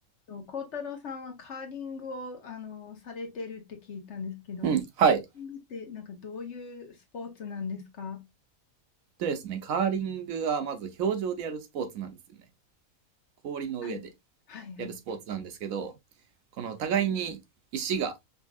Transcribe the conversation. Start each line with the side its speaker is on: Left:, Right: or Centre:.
Left: と、幸太郎さんはカーリングを、あの、されてるって聞いたんですけど、
Right: うん、
Left: カー
Right: はい。
Left: リングってなんかどういうスポーツなんですか
Right: でですね、カーリングはまず氷上でやるスポーツなんですよね。氷の上で
Left: はい。はい、はい、
Right: やるスポーツなんですけど、この互いに石が